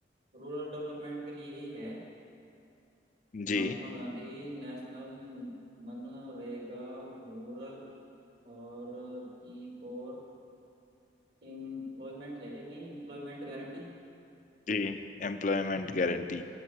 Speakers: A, on the right; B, on the left.
A: रूरल डेवलपमेंट के लिए ही है
B: जी
A: महात्मा गांधी नेशनल मनरेगा रूरल और ई फॉर एम्प्लॉयमेंट है क्या कहीं Employment guarantee
B: जी एम्प्लॉयमेंट गारंटी